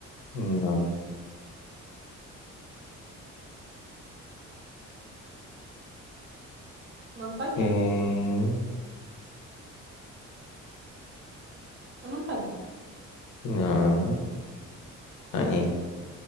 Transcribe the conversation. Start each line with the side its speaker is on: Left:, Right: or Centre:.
Left: No.
Right: Montaña.
Left: eh,
Right: Una montaña.
Left: no. Ahí, ahí.